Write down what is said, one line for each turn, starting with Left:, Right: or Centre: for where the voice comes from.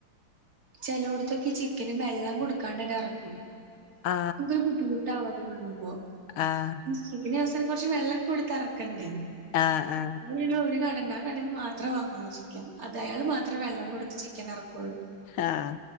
Right: ചെലോട്ത്തൊക്കെ ചിക്കന് വെള്ളം കൊടുക്കാണ്ട് തന്നെ അറക്കും.
Left: ആ
Right: നമുക്കൊരു ബുദ്ധിമുട്ടാവു അത് കാണുമ്പോ.
Left: ആഹ്
Right: സുബിന അവസാനം കൊർച്ച് വെള്ളം കൊട്ത്ത് അറക്കണ്ടെ.
Left: ആ ആ
Right: ഇഞ്ഞ് ഇനി ഒര് കടണ്ട് ആ കടെന്ന് മാത്ര വാങ്ങുള്ളൂ ചിക്കൻ. അതയാള് മാത്ര വെള്ളം കൊടുത്ത് ചിക്കൻ അറക്കൊള്ളൂ.
Left: ആഹ്